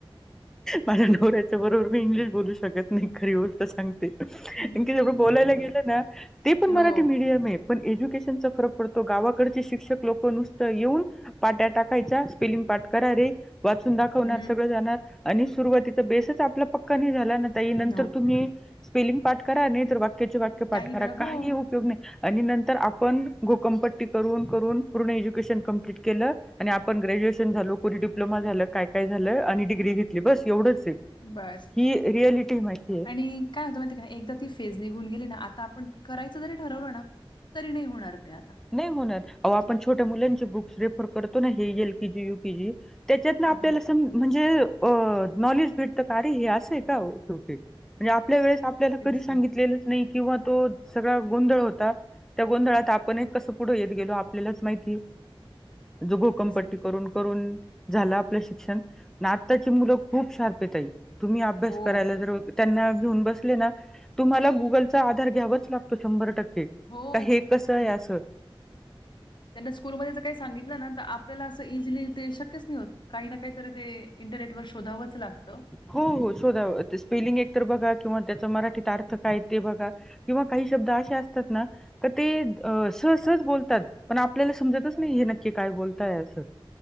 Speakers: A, in the centre; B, on the left.
A: माझ्या नवऱ्याच्या बरोबर मी इंग्लिश बोलू शकत नाही, खरी बोल सांगते, कारण
B: नाही.
A: की जेवढं बोलायला गेलं ना ते पण
B: हो.
A: मराठी मीडियम आहेत. पण एज्युकेशनचा फरक पडतो गावाकडचे शिक्षक लोक नुसत येऊन, पाट्या टाकायच्या, स्पेलिंग पाठ करा रे वाचून दाखवणार,
B: हं.
A: सगळं जाणार, आणि सुरुवातीचा बेसच आपल्या पक्का नाही झाला ना ताई नंतर
B: नव्हता.
A: तुम्ही स्पेलिंग पाठ करा, नाही तर वाक्याचे वाक्य पाठ
B: काही
A: करा, काही
B: हो.
A: उपयोग नाही. आणि नंतर आपण, घोकमपट्टी करून करून पूर्ण एज्युकेशन कंप्लीट केलं, आणि आपण ग्रॅज्युएशन झालो पुढे डिप्लोमा झालं, काय काय झालं, आणि डिग्री घेतली, बस एवढंच आहे.
B: बस
A: ही रियालिटी माहिती आहे.
B: आणि काय होतं माहितीय का एकदा ती फेज निघून गेली ना, आता आपण करायचं जरी ठरवलं ना तरी नाही होणार ते आता.
A: नाही होणार. अवो
B: म्हणजे
A: आपण छोट्या
B: हां.
A: मुलांचे बुक्स रेफर करतो ना, हे एल केजी यू केजी त्याच्यात ना
B: हां,
A: आपल्याला
B: हां.
A: त म्हणजे अ नॉलेज भेटत का अरे हे असंय का? ओके ओके म्हणजे आपल्या वेळेस आपल्याला
B: तेच
A: कधी सांगितलेलंच
B: ना,
A: नाही किंवा तो सगळा गोंधळ होता त्या गोंधळात आपण ही कस पुढे येत गेलो आपल्यालाच माहिती ज भोकमपट्टी
B: तेच ना.
A: करून करून झालं आपलं शिक्षण न आताची मुलं खूप शार्पये ताई तुम्ही अभ्यास
B: हो.
A: करायला जर त्यांना घेऊन बसले ना तुम्हाला गुगलचा आधार घ्यावाच लागतो शंभर टक्के.
B: हो
A: का हे
B: म्हणजे
A: कसं आहे असं
B: त्यांना स्कूलमध्येच काही ज सांगितलं ना, तर आपल्याला असं इझिली ते शक्यच नाही होत. काही ना काहीतरी ते इंटरनेट वर शोधावंच लागतं.
A: हो हो शोधाव ते स्पेलिंग एक तर बघा किंवा त्याचा मराठीत अर्थ काय ते बघा. किंवा काही शब्द असे असतात ना, तर ते सह सहज बोलतात. पण आपल्याला समजतच नाही, हे नक्की काय बोलताय असं.